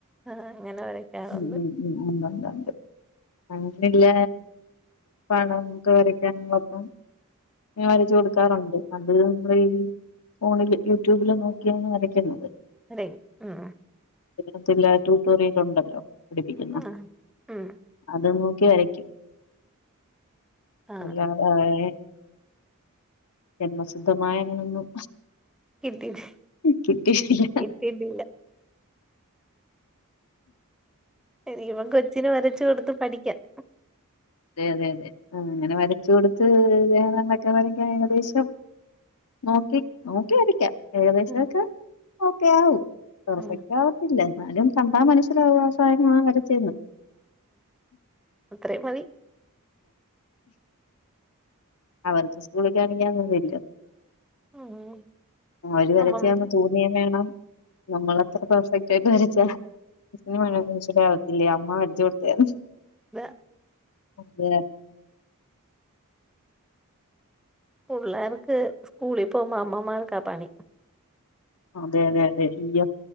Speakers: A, in the centre; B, on the left (about 80°).
A: ആ അങ്ങനെ വരയ്ക്കാറുണ്ട്
B: ഉ ഉം ഉം ഉ ഉണ്ടണ്ട് അങ്ങനെല്ല പടംക്കെ വരക്കാനങ്ങളൊപ്പം ഇങ്ങനെ വരച്ചു കൊടുക്കാറൂണ്ട് അത് നമ്മളീ ഈ ഫോണില് യൂട്യൂബില് നോക്കിയാണ് വരയ്ക്കുന്നത്.
A: അതെ ആ ആ
B: അധികം ചെല ട്യൂട്ടോറിയൽ ഉണ്ടല്ലോ പഠപ്പിക്കുന്ന
A: ആ ഉം
B: അതൊന്ന് നൊക്കി വരയ്ക്കും
A: ആ
B: ഇല്ല ആ ഏ ജന്മസിദ്ധമായ അങ്ങനൊന്നും
A: കിട്ടിട്ടി
B: കിട്ടിട്ടില്ല
A: കിട്ടിട്ടില്ല ഇനിയിപ്പോം കൊച്ചിന് വരച്ച് കൊടുത്ത് പഠിക്കാം
B: അതെ അതെ അതെ ആ അങ്ങനെ വരച കൊടുത്ത് ദേഹണ്ടൊക്കെ വരയ്ക്കൻ ഏകദേശം നോക്കി നോക്കിവരാക്കാം ഏകദേശം
A: ഉം
B: ഒക്കെ ഓക്കെ ആവും പെർഫക്റ്റ്
A: ഉം
B: ആവത്തില്ല എന്നാലും കണ്ടാ മനസ്സിലാവും ആശാന് ഞാൻ വരുത്തേനും
A: ഇത്രേം മതി
B: അവർക്ക് സ്കൂളിൽ കാണെ <unintelligible>
A: ഉം
B: അവര് വരച്ചയെന്ന്
A: അമ്മം
B: തോന്നേം വേണം നമ്മളെത്ര പെർഫെക്റ്റ് ആയിട്ട് വരച്ചാ മിസ്സ്‌ന്‌ വാങ്ങിയതൊന്നും ഇഷ്ടപ്പെടാൻ ആവത്തില്ലേ അമ്മ വരച് കൊടുത്താര്ന്നു
A: ഇല്ല
B: അതെ
A: പുള്ളാർക്ക് സ്കൂളി പോവുമ്പൊ അമ്മമാർക്ക പണി
B: അതെ അതെ അതെ ഇയ്യോ